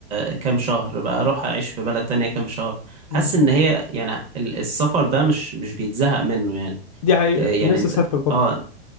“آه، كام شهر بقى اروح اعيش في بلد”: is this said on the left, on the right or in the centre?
Right